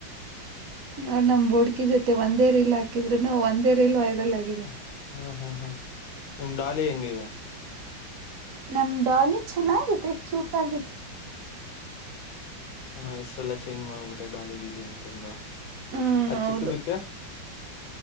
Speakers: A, on the right (about 55°); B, on the left (about 75°).
A: ನೋ ನಮ್ ಬೋಡ್ಕಿ ಜೊತೆ ಒಂದೇ ರೀಲ್ ಹಾಕಿದ್ರುನು ಒಂದೇ ರೀಲ್ ವೈರಲ್ ಆಗಿದೆ
B: ಹ, ಹಾ ಹಾ ಹಾ ನಿಮ್ ಡಾಲಿ ಹೆಂಗಿದೆ
A: ನಮ ಡಾಲಿ ಚೆನ್ನಾಗಿದೆ ಚೂಟಾಗಿ
B: ಹಾ ಹೆಸ್ರಲ್ಲಾ ಚೇಂಜ್ ಮಾಡ್ಬಿಟ್ಟೆ ಡಾಲಿ ಗೀಲಿ ಅಂತಂದು
A: ಹ್ಮ್
B: ಆ
A: ಹೌದು
B: ಚಿಕ್ಕ ದಕ್ಕ